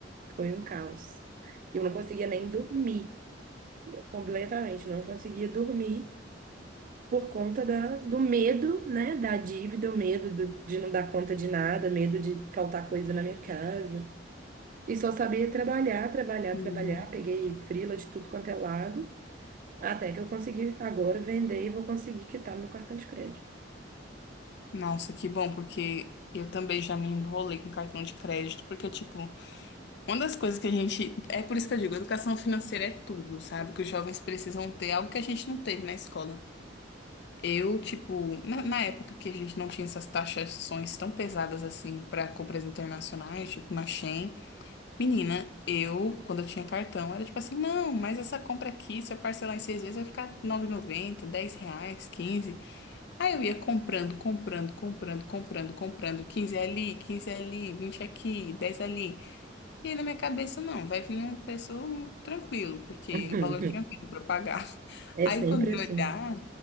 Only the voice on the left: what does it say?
Óbvio.
Nossa, que bom, porque eu também já me enrolei com cartão de crédito, porque, tipo, uma das coisas que a gente. É por isso que eu digo, educação financeira é tudo, sabe? Que os jovens precisam ter algo que a gente não teve na escola. Eu, tipo, na, na época que a gente não tinha essas taxações tão pesadas assim para compras internacionais, tipo na Shein, menina, eu, quando eu tinha cartão, era tipo assim, não, mas essa compra aqui, se eu parcelar em seis vezes, vai ficar nove 9,90, R$ 10 reais, quinze. Aí eu ia comprando, comprando, comprando, comprando, comprando, quinze ali, 15 ali, 20 aqui, 10 ali. E aí, na minha cabeça, não, vai vir um preço tranquilo, porque
um valor tranquilo para pagar. <laughs>
Aí,
quando eu
olhar,